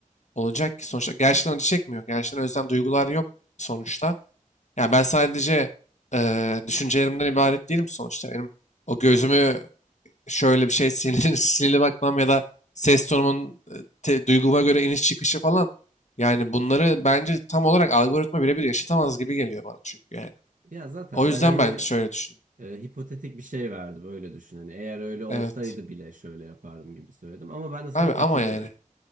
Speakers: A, on the left; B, on the right.
A: olacak ki sonuçta? Gerçekten acı çekmiyor. Gerçekten özlem duygular yok sonuçta. Yani ben sadece eee, düşüncelerimden ibaret değilim sonuçta. Benim o gözümü şöyle bir şey sinirli, <laughs> sinirli bakmam ya da ses tonumun e, te- duyguma göre iniş çıkışı falan. Yani bunları bence tam olarak algoritma birebir yaşatamaz gibi geliyor bana çünkü yani.
B: Ya zaten
A: O yüzden
B: ben hani
A: ben şöyle düşünüyorum.
B: e, hipotetik bir şey verdim öyle düşün. Hani eğer öyle olsaydı
A: Evet.
B: bile şöyle yapardım gibi söyledim. Ama ben de sana
A: Abi
B: katılıyorum.
A: ama yani.